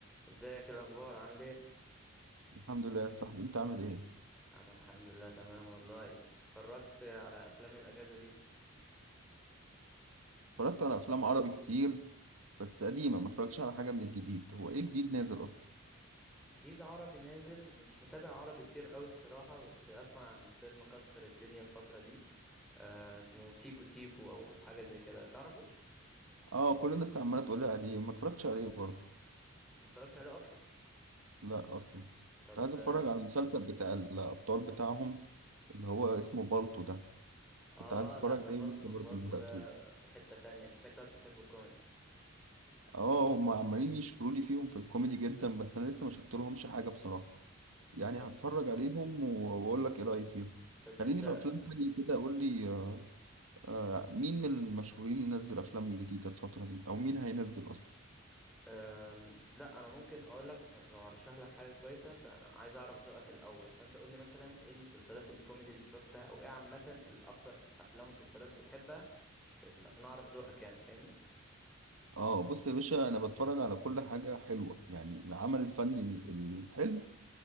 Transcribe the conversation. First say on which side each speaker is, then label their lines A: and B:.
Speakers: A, in the centre; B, on the right.
A: ازيك إيه الاخبار عامل ايه
B: الحمد لله يا صاحبي انت عامل ايه
A: انا الحمد لله تمام والله اتفرجت على افلام إيه الاجازه دي
B: اتفرجت على افلام عربي كتير بس قديمه ما اتفرجتش على حاجه من الجديد هو ايه جديد نازل اصلا
A: جديد عربي نازل مش متابع عربي كتير قوي الصراحه بس اسمع عن فيلم كسر الدنيا الفتره دي آه اسمه سيكو سيكو او حاجه زي كده تعرفه
B: اه كل الناس عماله تقول لي عليه وما اتفرجتش عليه برضه
A: ما اتفرجتش عليه اصلا
B: لا اصلا
A: طب
B: كنت عايز اتفرج
A: اه
B: على المسلسل بتاع الابطال بتاعهم اللي هو اسمه بالطو ده كنت
A: آه،
B: عايز اتفرج
A: لا ده
B: عليه
A: فالتو
B: لسه برضه
A: فالتو
B: ما بداتهوش
A: ده في حته تانية انت شكلك بتحب الكوميدي
B: اه هم عمالين يشكروا لي فيهم في الكوميدي جدا بس انا لسه ما شفت لهمش حاجه بصراحه يعني
A: طب
B: هتفرج عليهم و- واقول لك ايه رايي فيهم
A: طب
B: خليني
A: انت
B: في افلام تانية كده قول لي آه، آه مين من المشهورين نزل افلام جديده الفتره دي او مين هينزل اصلا
A: أم، لا انا ممكن اقول لك عشان لو هرشح لك حاجه كويسه فانا عايز اعرف ذوقك الاول فانت قول لي مثلا ايه المسلسلات الكوميدي اللي شفتها او ايه عامه الاكتر افلام ومسلسلات بتحبها في ال... عشان اعرف ذوقك يعني فاهمني
B: اه بص يا باشا انا بتفرج على كل حاجه حلوه يعني العمل الفني ال- الحلو